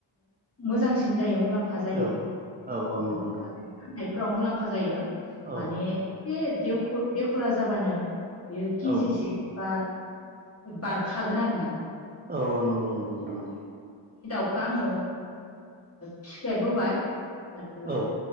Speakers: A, on the left; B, on the right.
A: मोजांसिन जायो मुलाम्फा फा जायो
B: औ औ
A: ओ
B: नंगौ
A: मुलाम्फा
B: नोंथां
A: जायो फोराव मुलाम्फा जायो माने
B: औ
A: एसे देखरा जाबानो बेयो केजिसे
B: औ औ
A: बा बारखागोन आरोना
B: औ नंगौ नंगौ नोंथौ नंगौ
A: बेखौ आङो फिसिफेरबोबाय आरो
B: औ